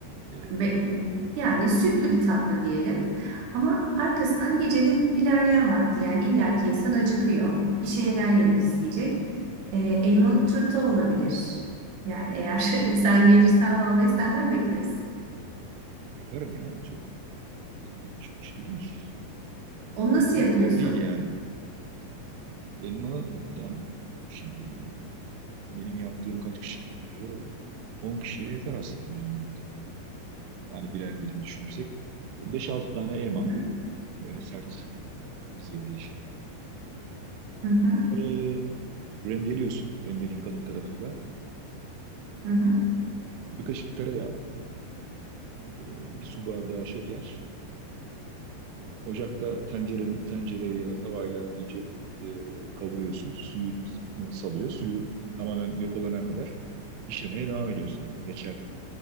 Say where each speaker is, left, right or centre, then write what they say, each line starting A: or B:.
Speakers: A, on the right; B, on the right.
A: Evet
B: Be-
A: bir de
B: Yani sütlü bir tatlı diyelim. Ama arkasından gecenin ilerleyen vakti yani illaki insan acıkıyor. Bir şeyler yemek isteyecek. Ee, elmalı turta olabilir. Yani eğer <laughs> sen gelirsen vallahi senden bekleriz.
A: yaparım ya. Çok çok şey değil.
B: Onu
A: Mühim
B: nasıl
A: değil,
B: yapıyorsun?
A: zor değil yani. Elma yani şimdi Benim yaptığım kaç kişilik oluyor? 10 kişiye yeter aslında benim yaptığım. Yani birer dilim düşünürsek. E, beş altı tane elma.
B: Hı hı,
A: Böyle sert kırmızı ya da yeşil elma.
B: hı hı,
A: Bunları rendeliyorsun. Rendenin kalın tarafıyla.
B: hı hı.
A: Bir kaşık tereyağı, e, bir su bardağı şeker. Ocakta tencerenin, tencereyle ya da tavayla iyice e, kavuruyorsun. Suyu e, salıyor. Suyu tamamen yok olana kadar pişirmeye devam ediyorsun reçel.